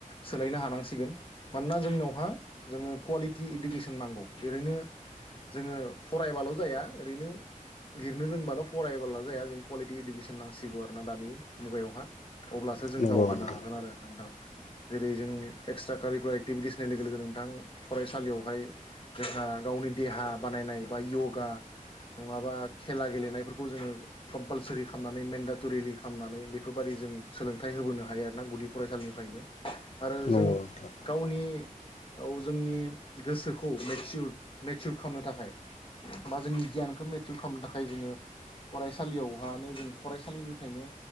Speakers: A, on the left (about 40°); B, on the left (about 55°).
A: सोलायनो हानांसिगोन मानोना जोंनावहा जोङो कुवालिटि इडुकेसन नांगौ ओरैनो जोङो फरायबाल' जाया ओरैनो लिरनो लोंबाल' फरायबला' जाया जों कुवालिटि इडुकेसन नांसिगौ आरोना दानि मुगायावहा अब्लासो जों
B: नंगौ
A: दावगानो
B: नोंथां
A: हागोन आरो नोंथां जेरै जों एक्सट्रा कारिकुलार एक्टिभिटिसनाय लोगो लोगो नोंथां फरायसालियावहाय जोंहा गावनि देहा बानायनाय बा यगा नङाबा खेला गेलेनायफोरखौ जोङो कम्पालसरि खालामनानै मेन्डाटरिलि खालामनानै बेफोरबाददि जों सोलोंथाइ होबोनो हायो आरो ना गुदि फरायसालिनिफ्रायनो आरो
B: नंगौ
A: जों
B: नोंथां
A: गावनि औ जोंनि गोसोखौ मेचिउर मेचिउर खालामनो थाखाय बा जोंनि गियानखौ मेचर खालामनो थाखाय जोङो फरायसालियावहानो जों फरायसालिनिफ्रायनो